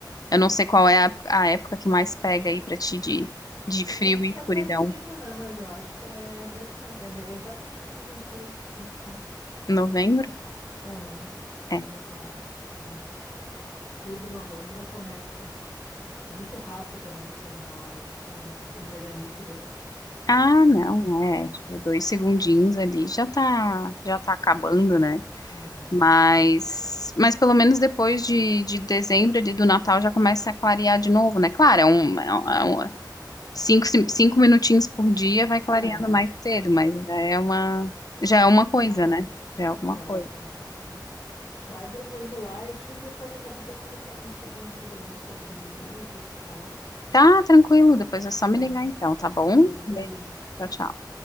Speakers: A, on the left; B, on the left.
A: Eu não sei qual é a, a época que mais pega aí pra ti de, de frio
B: É, a gente
A: e
B: tá
A: escuridão.
B: pertinho, né? Mas eu acho que é a mesma, é me- é exatamente a mesma coisa, assim, né?
A: Novembro?
B: É, começa
A: É.
B: a, a- outubro, novembro já começa. É muito rápido, né, para terminar o, o, o veranico deles.
A: Ah, não, é,
B: É,
A: tipo, dois segundinhos ali já tá, já tá acabando, né?
B: é,
A: Mas, mas pelo menos depois de, de dezembro ali do Natal já começa a clarear de novo, né? Claro, é um, é um- é um- cinco, cinco minutinhos por dia vai clareando
B: é. É.
A: mais cedo, mas já é uma, já é uma coisa,
B: É,
A: né? Já é alguma
B: já,
A: coisa.
B: já dá para aproveitar. Bárbara, eu vou indo lá, eu te ligo depois, eu quero depois conversar contigo uns, uh, sobre livros e tal.
A: Tá, tranquilo, depois é só me
B: Tá,
A: ligar então, tá bom?
B: tá bom, beijo.
A: Beijo, tchau,
B: tchau.
A: tchau.